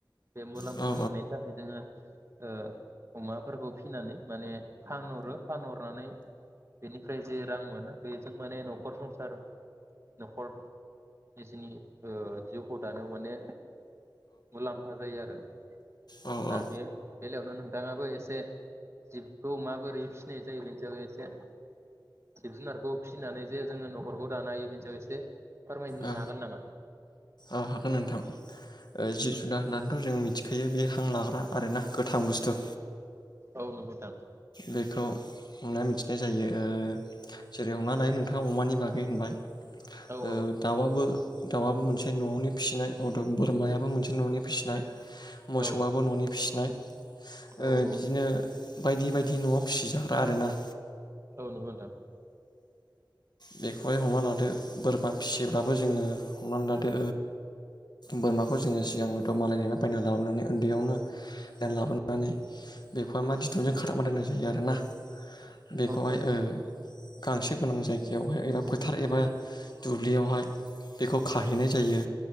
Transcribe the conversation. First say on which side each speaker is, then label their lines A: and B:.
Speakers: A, on the right; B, on the left.
A: बे मुलाम्फा
B: औ औ
A: मोननायनि थाखाय जोङो ओ अमाफोरखौ फिनानै माने फानहरो फानहरनानै बेनिफ्राय जे रां मोनो बे माने न'खर संसार न'खर निजेनि ओ जिउखौ दानायाव माने मुलाम्फा जायो आरो।
B: औ
A: दा
B: औ
A: बे बेलायावनो नोंथाङाबो एसे जिबखौ माबोरै <unintelligible> जाहैबाय एसे जिब जुनारखौ फिसिनानै जे जोङो न'खरखौ दानो हायो बेनि सायाव एसे फोरमायनो
B: औ
A: हागोन नामा
B: औ हागोन नोंथां। ओ जिब जुनार होननानैथ' जों मिथिखायो बे हां लाग्रा आरोना गोथां बुस्थु।
A: औ नंगौ नोंथां।
B: बेखौ हमना मिथिनाय जायो ओ जेरै हमना ला नोंथाङा अमानि बागै होनबाय ओ
A: औ औ
B: दावाबो दाउआबो मोनसे न'आवनि फिसिनाय, बोरमायाबो मोनसे न'नि फिसिनाय मोसौआबो
A: औ
B: न'नि फिसिनाय ओ
A: औ औ
B: बिदिनो बायदि बायदि न'आव फिसिजाग्रा आरोना।
A: औ नंगौ नोंथां।
B: बेखौहाय हमना लादो बोरमा फिसिब्लााबबो जोङो हमनानै लादो बोरमाखौ जोङो सिगांनिथ' मालायनिफ्राय बायनानै लाबोनानै उन्दैयावनो बायनानै लाबोनानै बेखौहाय मा दुरुंजों खाराबना दोननाय जायो आरोना। बेखौहाय
A: औ नोंथां
B: ओ गांसो गोनां जायगायावहाय एबा फोथार एबा दुब्लियावहाय बेखौ खाहैनाय जायो